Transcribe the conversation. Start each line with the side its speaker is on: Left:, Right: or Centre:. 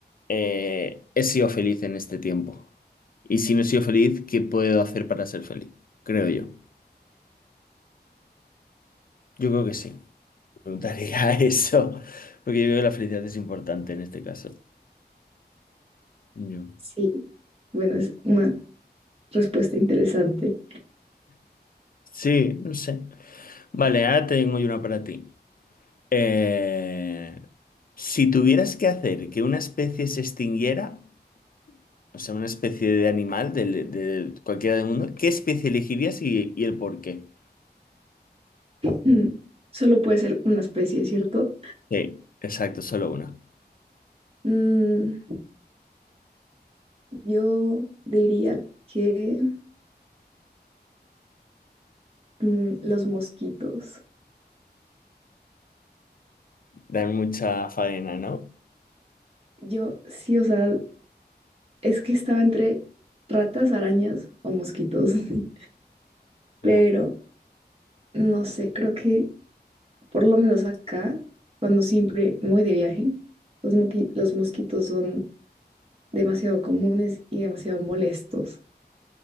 Left: eh, he sido feliz en este tiempo. Y si no he sido feliz, ¿qué puedo hacer para ser feliz? Creo yo. Yo creo que sí. Preguntaría <laughs> eso, porque yo creo que la felicidad es importante en este caso. Yo.
Right: Sí, bueno, es una respuesta interesante.
Left: Sí, no sé. Vale, ahora tengo yo una para ti. Eh, si tuvieras que hacer que una especie se extinguiera, o sea, una especie de animal del- de, cualquiera del mundo, ¿qué especie elegirías y, y el por qué?
Right: Mm, Solo puede ser una especie, ¿cierto?
Left: Sí, exacto, solo una.
Right: Mm, yo diría que mm, los mosquitos.
Left: Dan mucha faena, ¿no?
Right: Yo sí, o sea, Es que estaba entre ratas, arañas o mosquitos, <laughs>
Left: Ya.
Right: pero no sé, creo que por lo menos acá, cuando siempre me voy de viaje, los, moqui- los mosquitos son demasiado comunes y demasiado molestos.